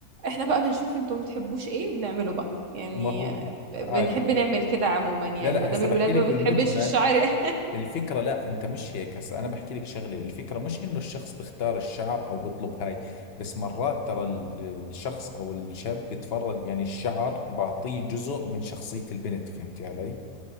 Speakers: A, on the right; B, on the left.
A: احنا بقى بنشوف انتوا بتحبوش ايه وبنعمله بقى يعني
B: ما هو عادي
A: بنحب نعمل كده عموما يعني
B: لا لا
A: ما دام
B: هسه
A: الولاد
B: بحكي لك
A: ما
B: بالمجمل
A: بتحبش الشعر <laughs>
B: الفكرة لا انت مش هيك هسه انا بحكي لك شغلة الفكرة مش انه الشخص بختار الشعر او بطلب هاي بس مرات ترى ال- الشخص او الشاب بتفرج يعني الشعر بعطيه جزء من شخصية البنت فهمتي علي